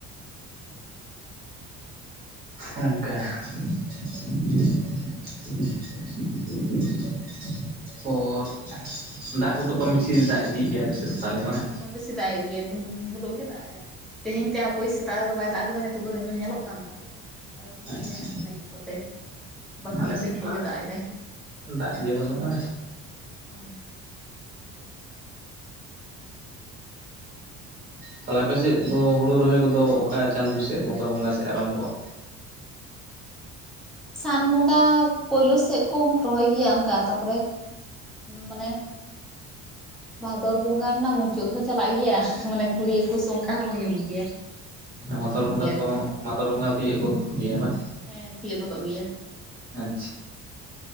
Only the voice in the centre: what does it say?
ᱦᱩᱸ
ᱠᱚᱢ ᱵᱮᱥᱤ ᱫᱟᱜ ᱮᱜ ᱜᱮᱭᱟ ᱫᱤᱱ ᱦᱤᱞᱳ ᱜᱮ ᱫᱟᱜ ᱮᱫᱟᱭ ᱛᱮᱦᱮᱧ ᱛᱮᱫ ᱦᱟᱹᱯᱳᱭ ᱥᱮᱛᱟᱜ ᱨᱮ ᱫᱚ ᱵᱟᱭ ᱫᱟᱜ ᱟᱠᱟᱫᱟ ᱛᱳᱵᱩ ᱨᱤᱢᱤᱞ ᱧᱮᱞ ᱚᱜ ᱠᱟᱱ ᱛᱟᱦᱮᱸᱫ ᱟᱫᱚ ᱪᱤᱠᱟᱹᱭ
ᱮᱫᱟᱭ ᱱᱟᱜ ᱠᱷᱟᱱ ᱟᱹᱭᱩᱵ ᱠᱚᱛᱮ ᱵᱟᱠᱷᱟᱱ
ᱫᱚ
ᱫᱤᱱ ᱦᱤᱞᱳᱜ
ᱜᱮ ᱫᱟᱜ ᱮᱫᱟᱭ
ᱚ
ᱥᱟᱱ ᱵᱚᱸᱜᱟ ᱯᱳᱭᱞᱳ ᱥᱮᱫ ᱠᱚ ᱨᱚᱦᱚᱭ ᱜᱮᱭᱟ ᱚᱱᱠᱟ ᱛᱟᱯᱚᱨᱮ ᱢᱟᱱᱮᱼᱼ ᱵᱷᱟᱫᱚᱨ ᱵᱚᱸᱜᱟ ᱨᱮᱱᱟᱜ ᱢᱩᱪᱟᱹᱫ ᱦᱚᱸ ᱪᱟᱞᱟᱜ ᱜᱮᱭᱟ ᱢᱟᱱᱮ ᱠᱩᱲᱤ ᱮᱠᱩᱥ ᱚᱱᱠᱟ ᱦᱚᱸ ᱦᱩᱭᱩᱜ ᱜᱮᱭᱟ
ᱨᱚᱦᱚᱭ
ᱜᱮᱭᱟ
ᱠᱚ
ᱦᱮᱸ ᱛᱤᱭᱳ ᱜᱚᱫᱚᱜ ᱜᱮᱭᱟ